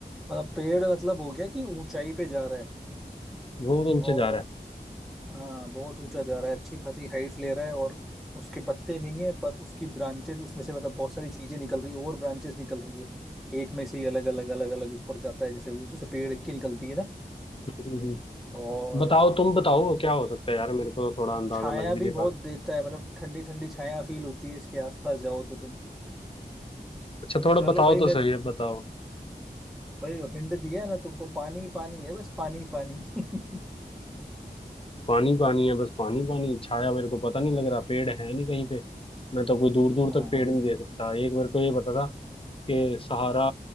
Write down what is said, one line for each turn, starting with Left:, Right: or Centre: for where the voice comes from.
Centre: मतलब पेड़ मतलब हो गया कि ऊंचाई पे जा रहा है
Left: वो तो नीचे
Centre: और
Left: जा रहा है
Centre: हाँ बहुत ऊंचा जा रहा है अच्छी खासी हाइट ले रहा है और उसके पत्ते नहीं है पर उसकी ब्रांचेस उसमें से मतलब बहुत सारी चीजें निकल रही है और ब्रांचेस निकल रही है एक में से ही अलग अलग अलग अलग ऊपर जाता है जैसे वो जैसे पेड़ की निकलती है ना
Left: हम्म, हम्म, हम्म।
Centre: और
Left: बताओ तुम बताओ क्या हो सकता है यार मेरे को तो थोड़ा अंदाजा
Centre: छाया
Left: लग भी
Centre: भी
Left: नहीं
Centre: बहुत
Left: पा रहा
Centre: देता है मतलब ठंडी ठंडी छाया फील होती है इसके आसपास जाओ तो तुम
Left: अच्छा थोड़ा
Centre: चलो
Left: बताओ
Centre: भाई
Left: तो
Centre: मैं
Left: सही है बताओ
Centre: भाई हिंट दिया ना तुमको पानी ही पानी है बस पानी ही पानी <laughs>
Left: पानी पानी है बस पानी पानी छाया मेरे को पता नहीं लग रहा पेड़ है नहीं कहीं पे मैं तो कोई दूर दूर
Centre: हाँ
Left: तक पेड़ नहीं दे सकता एक बार को ये पता था के सहारा